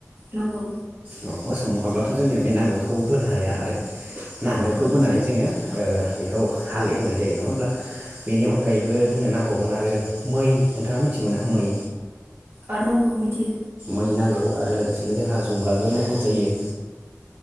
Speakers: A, on the right (about 65°); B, on the right (about 35°).
A: नंगौ
B: अ मोसौ नङाब्ला थ' जोंनिया बे नांगोलखौ बोनो हाया आरो नांगोल
A: नंगौ
B: खौ बोनानै जोङो ओ खौ हाल एवनाय जायो नङा होमब्ला बेनि अनगायैबो जोंनो नांबावगोन आरो मै नोंथाङा मिथिगौ ना मै
A: ओ नोंगौ मिथियो
B: मै नांगौ आरो लोगोसेनो जोंहा जुंगालबो नांगौ जायो